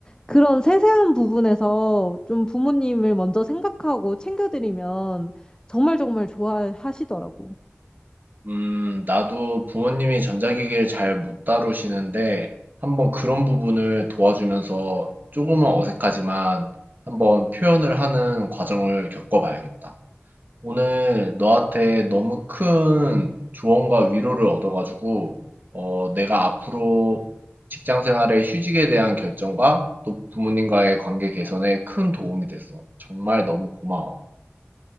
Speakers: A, on the left; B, on the right.
A: 그런 세세한 부분에서 좀 부모님을 먼저 생각하고 챙겨드리면 정말 정말 좋아하시더라고.
B: 음, 나도 부모님이 전자기기를 잘 못 다루시는데 한번 그런 부분을 도와주면서 조금은 어색하지만 한번 표현을 하는 과정을 겪어봐야겠다. 오늘 너한테 너무 큰 조언과 위로를 얻어가지고, 어, 내가 앞으로 직장 생활의 휴직에 대한 결정과 또 부모님과의 관계 개선에 큰 도움이 됐어. 정말 너무 고마워.